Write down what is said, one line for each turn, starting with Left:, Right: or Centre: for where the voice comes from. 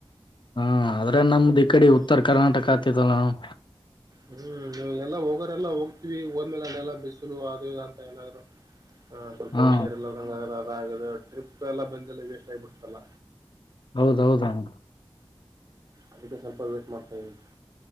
Left: ಹಾ ಆದ್ರೆ ನಮ್ದ್
Right: ಹ್ಮ್
Left: ಈ ಕಡೆ ಉತ್ತರ ಕರ್ನಾಟಕ ಆತಿದಲ್ಲ ನಾ <unintelligible>
Right: ಹ್ಮ್ ಎಲ್ಲಾ ಹೋಗರೆಲ್ಲಾ ಹೋಗ್ತಿವಿ ಹೋದ್ಮೇಲೆ ಅಲ್ಲೆಲ್ಲಾ ಬಿಸಲು ಅದು ಇ ಅಂತ ಏನಾದ್ರು ಹ ಸ್ವಲ್ಪ
Left: ಹಾ
Right: ಹುಷಾರಿ ಎಲ್ಲಂಗ ಅದ ಟ್ರಿಪ್ ಎಲ್ಲ ಬಂದಲ್ಲ ವೇಸ್ಟ್ ಆಗಿಬಿಡಲ್ಲ
Left: ಹೌದೌದ <unintelligible>
Right: ಅದಕ್ಕೆ ಸ್ವಲ್ಪ ವೇಟ್ ಮಾಡ್ತಾ ಇದವಿ